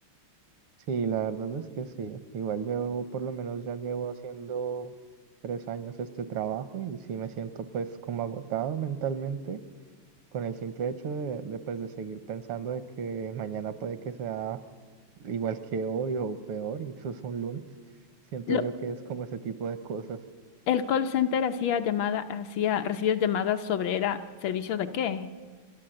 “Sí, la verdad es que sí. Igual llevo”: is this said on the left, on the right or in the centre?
Right